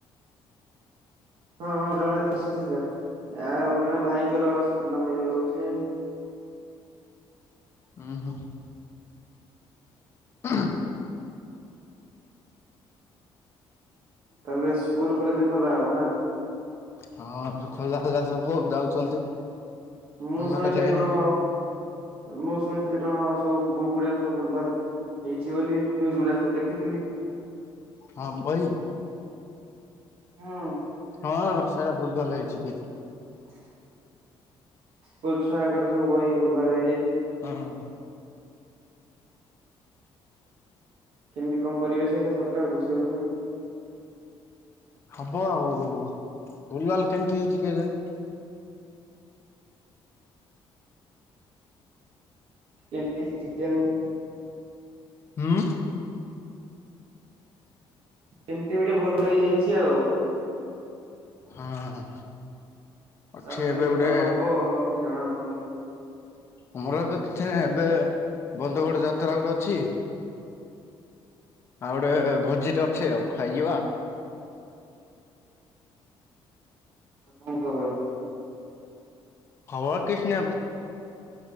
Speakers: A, on the right; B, on the left.
A: ହଁ ହଁ ଜଣେ ତ ଆସି ଥିଲା ଆଉ ଜଣେ ଭାଇଙ୍କର ସାନ ଭାଇ ରହୁଛି।
B: ହୁଁ ହୁଁ। ହ <inaudible>
A: ତାହେଲେ ସ୍କୁଲ କଲେଜ ଖୋଲା ହବ ନା।
B: ହଁ ଖୋଲା ହେଲା ସବୁ ଯାଉଛନ୍ତି।
A: ମୁଁ
B: ଆମେ
A: ଶୁଣିଥିଲି
B: ଏକା ଯାଇନୁ
A: କଣ
B: ତ
A: ମୁଁ ଶୁଣିଥିଲି କଣ ସବୁ ବୁକ୍ ଗୁଡ଼ା ସବୁ ଭୁଲ୍‌ ଭାଲ୍‌। ହେଇଛି ବୋଲି ନ୍ୟୁଜ ଗୁଡା ସବୁ ଦେଖିଥିଲି।
B: ହଁ ବହି
A: ହଁ।
B: ହଁ ସେଇଟା ଭୁଲ୍‌ ଭାଲ୍‌ ହେଇଛି ଟିକେ।
A: ଖ <inaudible> ସ୍କୁଲ ଛୁଆଙ୍କର ସବୁ ବହି ଭୁଲ୍‌ ଭାଲ୍‌ ହେଇଯାଇଛି।
B: ହଁ।
A: କେମିତି କଣ କରିବେ ସେଇଟା ସରକାର ବୁଝି ହଉନି।
B: ହବ ଆଉ ଭୁଲ୍ ଭାଲ୍ କେମିତି ହେଇଛି କେଜାଣି?
A: କେମତି ଶଜେନ <inaudible>
B: ହୁଁ।
A: କେମିତି ଗୋଟେ ଭୁଲ୍ ଭାଲ୍‌ ହେଇଯାଇଛି ଆଉ।
B: ହଁ। ଅଛି
A: ତାର କେମିତି
B: ଏବେ ଗୋଟେ
A: କଣ ହବ ଜଣାପଡ଼ୁନି।
B: ଆମର ଏବେ କିଛି ଏବେ <inaudible> ବନ୍ନ୍ଦଗୋଡ ଯାତ୍ରା ଗୋଟେ ଅଛି ଆଉ ଗୋଟେ ଭୋଜି ଟେ ଅଛେ ଆଉ ଖାଇଯିବା
A: ଆଉ କଣ ଖବର?
B: ଖବର କିଛିନାଇ